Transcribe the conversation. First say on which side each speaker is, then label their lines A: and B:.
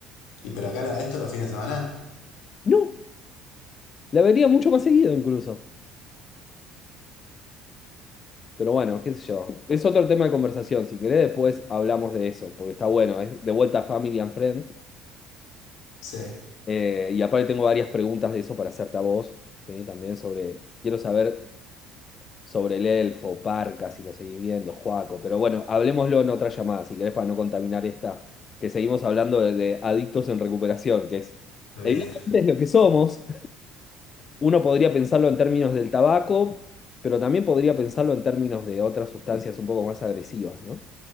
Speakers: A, on the left (about 75°); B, on the left (about 40°).
A: ¿Y pero acá la, esto los fines de semana?
B: no, la vería mucho más seguido incluso. Pero bueno, qué sé yo. Es otro tema de conversación. Si querés, después hablamos de eso, porque está bueno. Es de vuelta a Family and Friends.
A: Sí,
B: Eh, y aparte tengo varias preguntas de eso para hacerte a vos, ¿sí? También sobre, quiero saber sobre el elfo, Parca, si lo seguís viendo, Joaco. Pero bueno, hablemoslo en otra llamada, si querés, para no contaminar esta, que seguimos hablando de, de adictos en recuperación, que es,
A: sí,
B: evidentemente es lo que somos, Uno podría pensarlo en términos del tabaco, pero también podría pensarlo en términos de otras sustancias un poco más agresivas, ¿no?